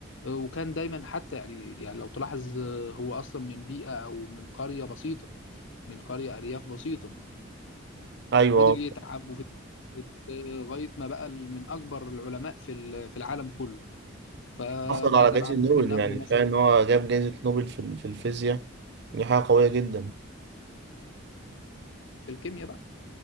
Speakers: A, on the left; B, on the right.
A: آه، وكان دايما حتى يعني يعني لو تلاحظ آه، هو أصلا من بيئة أو من قرية بسيطة من قرية أرياف بسيطة
B: ايوه
A: فضل يتعب وفضل يت- لغاية ما بقى من أكبر العلماء في ال- في العالم كله ف-
B: حصل
A: فطبعا
B: على جائزة
A: ممكن
B: نوبل
A: ناخده
B: يعني
A: مثلا
B: كفاية إن هو جاب جائزة نوبل في ال- في الفيزياء دي حاجة قوية جدا
A: في الكيمياء بقى